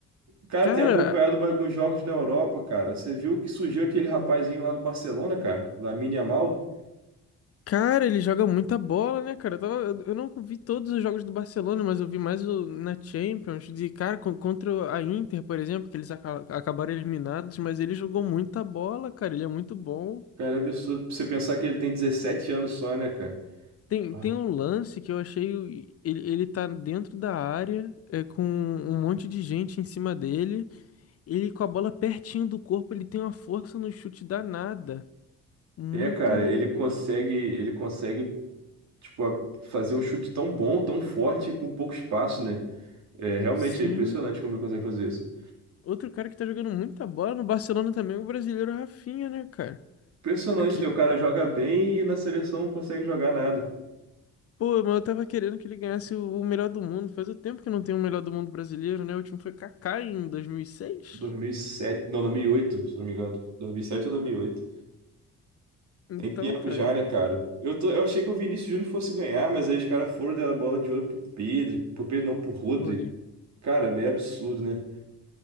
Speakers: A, on the right; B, on the left.
A: Cara,
B: Cara,
A: tenho acompanhado alguns jogos na Europa, cara. Você viu que surgiu aquele rapazinho lá do Barcelona, cara? Lamine Yamal?
B: cara, ele joga muita bola, né, cara? Eu, tava- eu- eu não vi todos os jogos do Barcelona, mas eu vi mais o- na Champions. De, cara, con- contra a Inter, por exemplo, que eles aca- acabaram eliminados, mas ele jogou muita bola, cara. Ele é muito bom.
A: Cara, é absurdo. Pra você pensar que ele tem 17 anos só, né, cara?
B: Tem,
A: Ah.
B: tem um lance que eu achei. o- Ele, ele tá dentro da área, é, com um monte de gente em cima dele. Ele com a bola pertinho do corpo, ele tem uma força no chute danada. Muito.
A: É, cara, ele consegue, ele consegue, tipo, a- fazer um chute tão bom, tão forte, com pouco espaço, né? É realmente
B: Sim.
A: é impressionante como ele consegue fazer isso.
B: Outro cara que tá jogando muita bola no Barcelona também, é o brasileiro Rafinha, né, cara?
A: Impressionante,
B: Aquele...
A: né? O cara joga bem e na seleção não consegue jogar nada.
B: Pô, mas eu tava querendo que ele ganhasse o o melhor do mundo. Faz o tempo que não tem o melhor do mundo brasileiro, né? O último foi Kaká em dois mil e seis
A: 2007, não, 2008, se não me engano. 2007 ou 2008.
B: Então,
A: Tem tempo
B: cara,
A: já, né, cara? Eu, tô, eu achei que o Vinícius Júnior fosse ganhar, mas aí os caras foram dar a bola de ouro pro Pedro, pro Pedro não, pro Rodri.
B: Rodri,
A: Cara, é meio absurdo, né?